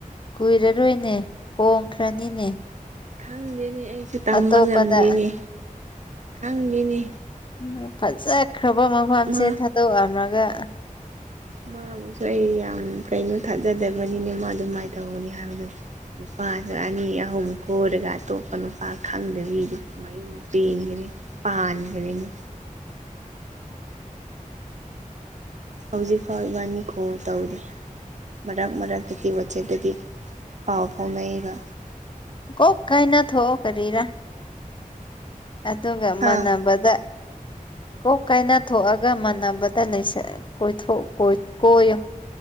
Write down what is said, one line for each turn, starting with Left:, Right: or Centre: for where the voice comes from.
Left: ꯀꯨꯏꯔꯔꯣꯏꯅꯦ ꯍꯣꯡꯈ꯭ꯔꯅꯤꯅꯦ
Right: ꯈꯪꯗꯦꯅꯤ ꯑꯩꯁꯨ ꯇꯝꯕ
Left: ꯑꯇꯣꯞꯄꯗ
Right: ꯉꯝꯗꯦꯅꯤ ꯈꯪꯗꯦꯅꯤ
Left: ꯎꯝ ꯐꯖꯈ꯭ꯔꯕ ꯃꯐꯝꯁꯦ
Right: ꯃꯥ
Left: ꯊꯥꯗꯣꯛꯑꯝꯂꯒ
Right: ꯃꯥꯕꯨꯁꯨ ꯑꯩ ꯌꯥꯝ ꯀꯩꯅꯣ ꯊꯥꯖꯗꯕꯅꯤꯅ ꯃꯥ ꯑꯗꯨꯃꯥꯏꯅ ꯇꯧꯒꯅꯤ ꯍꯥꯏꯕꯗꯨꯅꯤ ꯅꯨꯄꯥꯥꯁꯨ ꯑꯅꯤ ꯑꯍꯝ ꯀꯔꯒ ꯑꯇꯣꯞꯄ ꯅꯨꯄꯥ ꯈꯪꯗꯕꯤꯗꯤ ꯃꯌꯨꯝ ꯄꯦꯟꯒꯅꯤ ꯄꯥꯟꯒꯅꯤꯅꯦ
Left: <unintelligible>
Right: ꯍꯧꯖꯤꯛ ꯐꯥꯎꯕꯥꯅꯤꯈꯣ ꯇꯧꯗꯦ ꯃꯔꯛ ꯃꯔꯛꯇꯗꯤ ꯋꯥꯆꯦꯠꯇꯗꯤ ꯄꯥꯎ ꯐꯥꯎꯅꯩꯒ
Left: ꯀ ꯀꯥꯏ ꯅ ꯊꯣꯛꯑꯣ ꯀꯔꯤꯔ ꯑꯇꯨꯒ
Right: ꯍꯥ
Left: ꯃꯥꯟꯅꯕꯗ ꯀꯣꯛ ꯀꯥꯏꯅꯊꯣꯛꯑꯒ ꯃꯥꯟꯅꯕꯗ ꯂꯩꯁꯤꯟ ꯀꯣꯏꯊꯣꯛ ꯀꯣꯏꯌꯨ